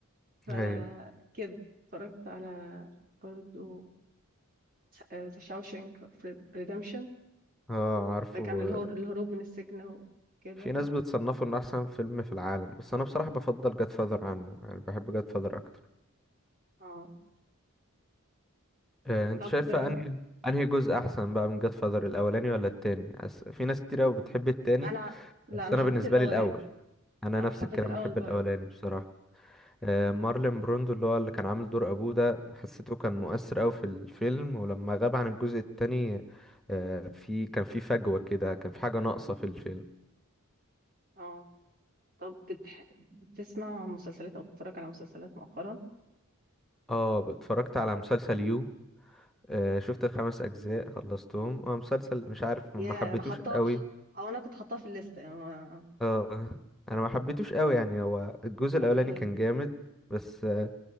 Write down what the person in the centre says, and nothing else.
ايوه
اه عارفه
في ناس بتصنفه انه احسن فيلم في العالم بس انا بصراحة بفضل جاد فاذر عنه يعني بحب جاد فاذر اكتر
آه، انت
شايفة انهي انهي جزء احسن بقى من جاد فاذر الاولاني ولا التاني أس- في ناس كتير قوي بتحب التاني
بس
انا
بالنسبة
لي الاول انا
نفس
الكلام
بحب
الاولاني بصراحة آه،
مارلين بروندو اللي هو اللي كان عامل دور ابوه ده حسيته كان مؤثر قوي في الفيلم ولما غاب عن الجزء التاني آه، في كان في فجوة كده كان في حاجة ناقصة في الفيلم
اه اتفرجت على مسلسل يو آه، شفت الخمس اجزاء خلصتهم هو مسلسل مش عارف
ما حبيتوش
قوي
اه انا ما حبيتوش قوي يعني هو الجزء
الاولاني
كان جامد بس آه،